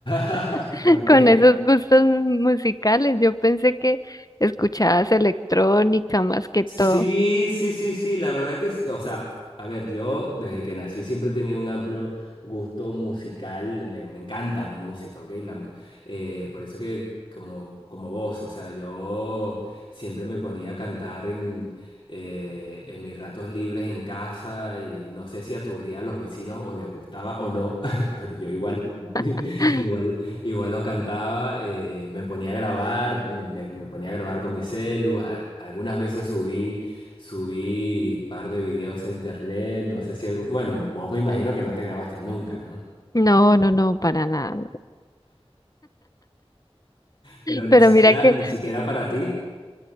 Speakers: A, on the left; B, on the left.
A: <laughs>
B: <laughs>
A: porque
B: con esos gustos musicales. Yo pensé que escuchabas electrónica más que
A: Sí,
B: todo.
A: sí, sí, sí, la verdad que, sí, o sea, a ver, yo desde que nací siempre he tenido un amplio gusto musical, me, me encanta la música, ¿ok? La mu- eh, por eso que como, como vos, o sea, yo siempre me ponía a cantar en, eh, en mis ratos libres en casa y no sé si aturdía a los vecinos o les gustaba o no, <laughs> pero yo igual, <laughs>
B: <laughs>
A: igual, Igual los cantaba, eh, me ponía a grabar, me, me- me ponía a grabar con mi celu. a- Algunas veces subí, subí par de videos a internet, no sé si algún, bueno, vos me imagino que no te grabaste nunca, ¿no?
B: No, no, no, para nada. no.
A: Pero ni
B: Pero
A: siquiera,
B: mira que,
A: ni siquiera para ti.